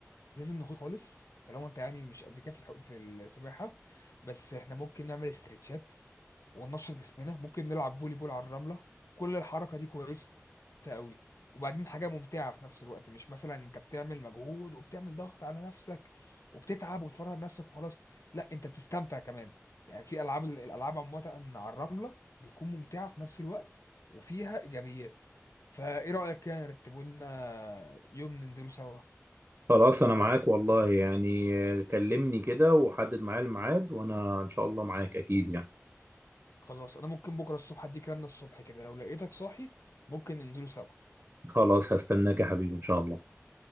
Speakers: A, on the left (about 75°); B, on the right (about 35°).
A: لازم نخوض خالص طالما انت يعني مش قد كده في الحو- في السباحه بس احنا ممكن نعمل استرتشات وننشط جسمنا ممكن نلعب فولي بول على الرمله كل الحركه دي كويسه قوي وبعدين حاجه ممتعه في نفس الوقت مش مثلا انت بتعمل مجهود وبتعمل ضغط على نفسك وبتتعب وتفرهد نفسك وخلاص لا انت بتستمتع كمان يعني في العاب الالعاب عامه على الرمله بتكون ممتعه في نفس الوقت وفيها ايجابيات فايه رايك كده نرتبه لنا يوم ننزله سوا
B: خلاص انا معاك والله يعني آه، كلمني كده وحدد معايا الميعاد وانا ان شاء الله معاك اكيد يعني
A: خلاص انا ممكن بكره الصبح اديك رنه الصبح كده لو لقيتك صاحي ممكن ننزلوا سوا
B: خلاص هستناك يا حبيبي ان شاء الله